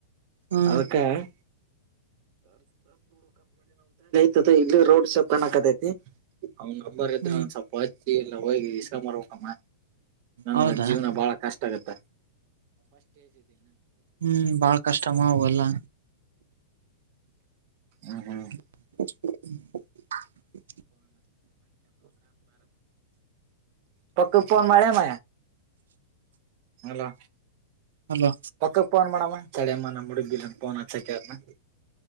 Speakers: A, on the right; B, on the right.
A: ಹ್ಮ್
B: ಅದಕ್ಕ <unintelligible> ತಿತಿ ಇಲ್ಲಿ ರೋಡ್ ಶಾಪ್ ಕಣ್ಣಕತ್ತತ್ತಿ ಅವನ್ ನಂಬರ್ ಇದ್ರೆ
A: ಹ್ಮ್
B: ಒಂದ್ ಸ್ವಲ್ಪ ಹಚ್ಚಿ ಎಲ್ಲ ಹೋಗಿ ಇಸ ಮಡಬೇಕಮ್ಮ ನಂದ್ರ
A: ಹೌದಾ
B: ಜೀವನ ಬಾಳ ಕಷ್ಟ ಆಗುತ್ತ
A: ಹ್ಮ್ ಬಾಳ ಕಷ್ಟಮ ಅವ್ ಎಲ್ಲಾ
B: ಹೂ ಹೂ
A: <unintelligible>
B: ಪಕ್ಕು ಪೋನ್ ಮಾಡೆನ ಹಲೋ
A: ಹಲೋ
B: ಪಕ್ಕುಕ್ಕೆ ಪೋನ್ ಮಾಡೇಣಮ್ಮ ತಡಯಮ್ಮ ನಮ್ಮ ಹುಡುಗಿ ಬಿರ್ನ ಪೋನ್ ಹಚ್ಚಕ್ಕ ಹೇಳ್ದನ